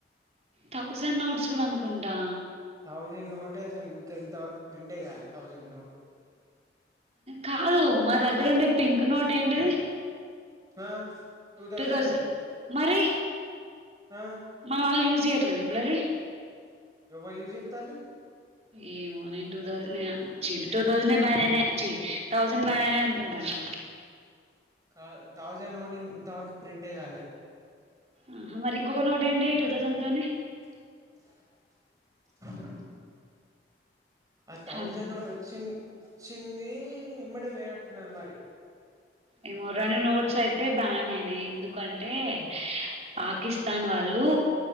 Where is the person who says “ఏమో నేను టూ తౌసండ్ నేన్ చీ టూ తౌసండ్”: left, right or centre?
Right